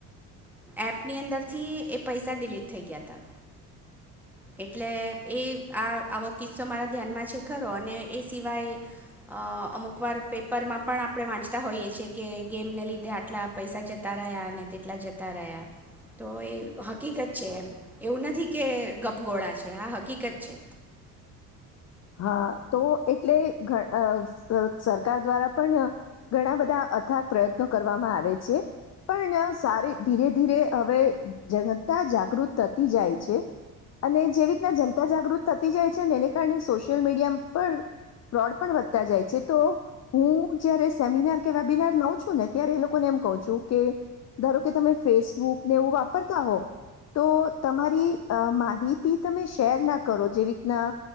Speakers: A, in the centre; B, on the left.
A: એપની અંદરથી એ પૈસા ડિલીટ થઈ ગયા હતા એટલે એ આ આવો કિસ્સો મારા ધ્યાનમાં છે ખ અને એ સિવાય અમુક વાર પેપરમાં પણ આપણે વાંચતા હોઈએ છીએ કે ગેમને લીધે આટલા પૈસા જતા રહ્યા અને તેટલા જતા રહ્યા તો એ હકીકત છે એમ એવું નથી કે ગપગોળા છે આ હકીકત છે
B: હા તો એટલે ઘ સરકાર દ્વારા પણ ઘણા બધા અથાગ પ્રયત્નો કરવામાં આવે છે પણ સારી ધીરે ધીરે હવે જનતા જાગૃત થતી જાય છે અને જે રીતના જનતા જાગૃત થતી જાય છેને એને કારણે સોશ સોલ મીડિયા પર ફ્રોડ પણ વધતા જાય છે તો હું જયારે સેમિનાર કે વેબિનાર લઉં છું ને ત્યારે એ લોકોને એમ કહ છું કે ધારો કે તમે ફેસબુકને એવું વાપરતા હો તો તમારી અ માહિતી તમે શેર ના કરો જેવી રીતના